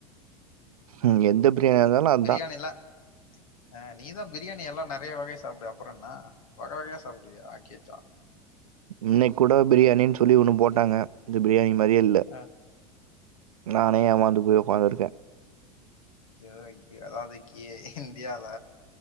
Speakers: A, on the right (about 75°); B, on the left (about 70°).
A: ம் எந்த பிரியாணியா இருந்தாலு அதா
B: பிரியாணியில்ல ஆ நீதா பிரியாணி எல்லா நெறையா வகை சாப்டுவியே அப்புறோ என்ன வக வகயா சாப்புடிவியே ஆக்கிவெச்சா
A: இன்னைக் கூட பிரியாணின் சொல்லி ஒன்னு போட்டாங்க இந்த பிரியாணி மாரியே இல்ல
B: அ
A: நானே ஏமாந்து போய் உக்கார்ந்துருக்கே
B: ஐயோ ஐயோ அதாவது இக்கியே இந்தியால